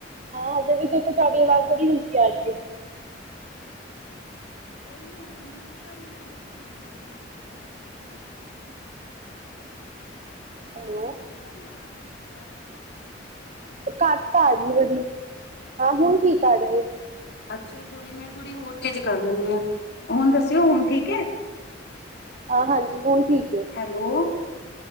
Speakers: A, on the right; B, on the left.
A: ਹਾਂ ਹਜੇ ਵੀ ਦੇਖੋ ਤੁਆਡੀ ਆਵਾਜ਼ ਬੜੀ
B: ਦਾ
A: ਹਲਕੀ
B: ਹੈ।
A: ਆ ਰੀ ਏ।
B: ਕੋਈ ਨੀ ਹੁਨ, ਹੂਨ ਠੀਕ ਏ ਮੈਂ ਹੋਰ ਤੇਜ ਬੋਲ ਰੀ ਆਂ ਥੋੜੀ ਜੀ। ਹੁਨ ਠੀਕ ਐ?
A: ਹੈਲੋ
B: ਹੁਨ, ਹੂਨ ਠੀਕ ਆ ਰੀ ਏ ਆਵਾਜ, ਆਵਾਜ ਠੀਕ ਆ ਰੀ
A: ਘੱਟ ਆ ਰੀ ਏ ਬੜੀ। ਹਾਂ, ਹੁਨ ਠੀਕ ਆ ਰੀ ਏ।
B: ਅੱਛਾ ਜੀ, ਥੋੜੀ ਮੈਂ ਥੋੜੀ ਹੋਰ ਤੇਜ ਕਰ ਲੇਨੀਂ ਆਂ। ਹੁਨ ਦਸਿਓ ਹੁਨ ਠੀਕ ਏ?
A: ਹਾਂ ਹਾਂਜੀ ਹੁਨ ਠੀਕ ਏ।
B: ਹੈਲੋ।